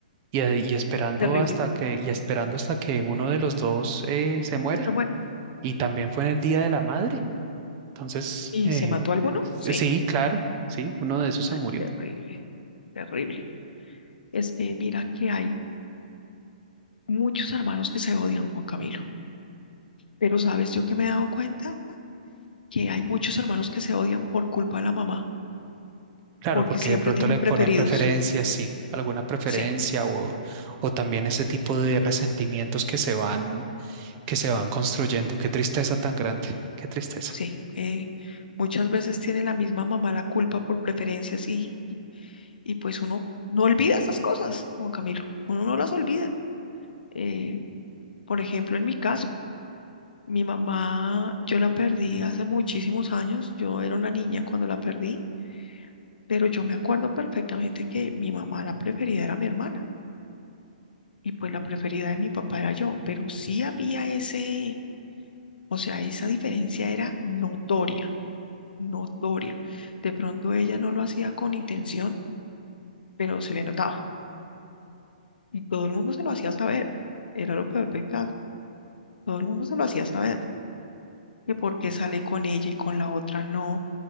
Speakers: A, on the right (about 25°); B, on the left (about 85°).
A: y, eh, y esperando
B: terrible.
A: hasta que, y esperando hasta que uno de los dos eh, se muera.
B: Pero Bueno,
A: Y también fue en el Día de la Madre. Entonces,
B: ¿y
A: eh,
B: se mató alguno? Sí.
A: eh, sí, claro, sí, uno de esos se
B: Ay,
A: murió.
B: terrible, terrible. Es que mira que hay muchos hermanos que se odian, Juan Camilo. Pero sabes yo que me he dado cuenta que hay muchos hermanos que se odian por culpa de la mamá,
A: Claro,
B: porque
A: porque
B: siempre
A: de pronto
B: tienen
A: le
B: preferidos.
A: pone preferencia, sí, alguna preferencia
B: Sí.
A: o, o también ese tipo de resentimientos que se van, que se van construyendo. Qué tristeza tan grande, qué tristeza.
B: Sí, eh, muchas veces tiene la misma mamá la culpa por preferencias y, y pues uno no olvida esas cosas, Juan Camilo, uno no las olvida. Eh, por ejemplo, en mi caso, mi mamá, yo la perdí hace muchísimos años, yo era una niña cuando la perdí, pero yo me acuerdo perfectamente que mi mamá la preferida era mi hermana y pues la preferida de mi papá era yo, pero sí había ese, o sea, esa diferencia era notoria, notoria. De pronto ella no lo hacía con intención pero se le notaba y todo el mundo se lo hacía saber. Era lo peor del caso. Todo el mundo se lo hacía saber. Que por qué sale con ella y con la otra no,